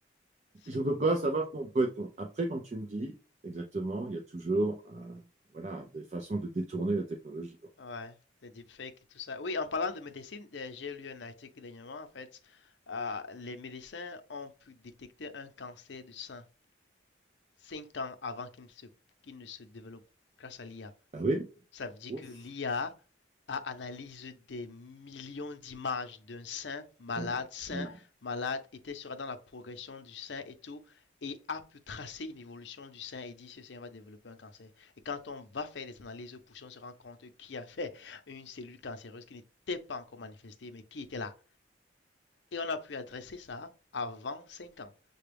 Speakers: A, on the left; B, on the right.
A: C'est
B: je ne peux pas savoir qu'on peut être con. Après, comme tu me dis, exactement, il y a toujours, euh, voilà, des façons de détourner la technologie. quoi.
A: Ouais, des deepfakes et tout ça. Oui, en parlant de médecine, euh, j'ai lu un article dernièrement, en fait, euh, les médecins ont pu détecter un cancer du sein 5 ans avant qu'il ne se, qu'il ne se développe grâce à l'IA.
B: Ah oui?
A: Ça veut dire
B: Ouf.
A: que l'IA a a analysé des millions d'images d'un sein malade,
B: Oui.
A: sein
B: oui.
A: malade, était sera dans la progression du sein et tout, et a pu tracer une évolution du sein et dit ce sein va développer un cancer. Et quand on va faire des analyses poussées, on se rend compte qui a fait une cellule cancéreuse qui n'était pas encore manifestée, mais qui était là. Et on a pu adresser ça avant 5 ans.